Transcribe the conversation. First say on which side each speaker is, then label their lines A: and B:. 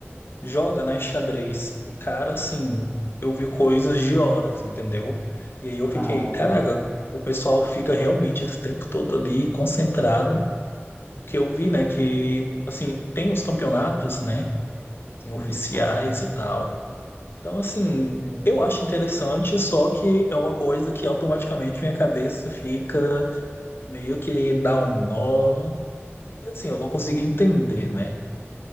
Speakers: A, on the left (about 55°); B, on the left (about 30°).
A: joga, né, xadrez. E, cara, assim, eu vi coisas de horas, entendeu? E aí eu fiquei,
B: Ah,
A: caraca, o pessoal fica realmente esse tempo todo ali concentrado. Que eu vi, né, que, assim, tem os campeonatos, né, assim, oficiais
B: sim,
A: e tal. Então, assim,
B: sim.
A: eu acho interessante, só que é uma coisa que automaticamente minha cabeça fica meio que dá um nó. E assim, eu não consegui entender, né?